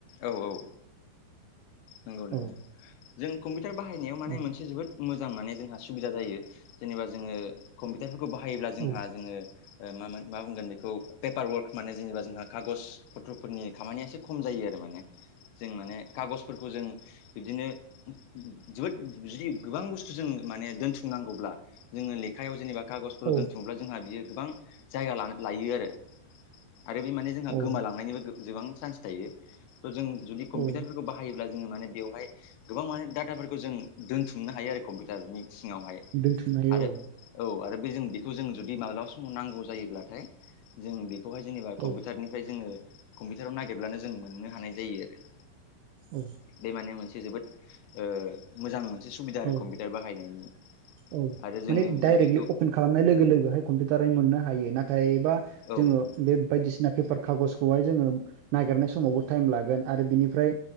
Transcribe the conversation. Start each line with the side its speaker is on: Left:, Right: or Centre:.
Left: औ औ। नंगौ
Right: औ
Left: नंगौ जों कम्पिउटार बाहायनायाव माने
Right: औ
Left: मोनसे जोबोद मोजां माने जोंहा सुबिदा जायो जेनेबा जोङो कम्पिउटारफोरखौ बाहायोब्ला जोंहा
Right: औ
Left: जोङो ओ मामोन मा बुंगोन बेखौ पेपार वर्क माने जेनेबा जोंहा कागज पथ्रफोरनि खामानिया एसे खम जायो आरो माने जों माने खागजफोरखौ जों बिदिनो जोबोद जुदि गोबां बुस्थु जों माने दोनथुमनांगौब्ला जोङो लेखायाव जेनेबा खागजफोराव
Right: औ
Left: दोनथुमब्ला जोंहा बियो गोबां जायगा लायो आरो आरो बे माने जोंहा
Right: औ
Left: गोमालांनायनिबो गोबां चान्स थायो। थ' जों जुदि कम्पिउटारफोरखौ
Right: औ
Left: बाहायोब्ला जोङो माने बेवहाय गोबां माने डाटाफोरखौ जों दोनथुमनो हायो आरो कम्पिउटारनि सिङावहाय
Right: दोनथुमनो हायो
Left: आरो
Right: औ
Left: औ आरो बे जों बि खौ जों जुदि माब्लाबा समाव नांगौ जायोब्लाथाय जों बेखौहाय जेनेबा कम्पिउटारनिफ्राय
Right: औ
Left: जोङो कम्पिउटाराव नागिरब्लानो जों मोननो हानाय जायो आरो
Right: औ।
Left: बे माने मोनसे जोबोद ओ मोजां मोनसे सुबिदा आरो
Right: औ
Left: कम्पिउटार बाहायनायनि
Right: औ
Left: आरो
Right: माने
Left: जोङो
Right: डाइरेक्टलि
Left: बेखौ
Right: अपेन खालामनाय लोगो लोगोहाय कम्पिउटारै मोननो हायो नाथायबा
Left: औ
Right: जोङो बे बायदिसिना पेपार खागजखौहाय जोङो नागिरनाय समावबो टाइम लागोन आरो बिनिफ्राय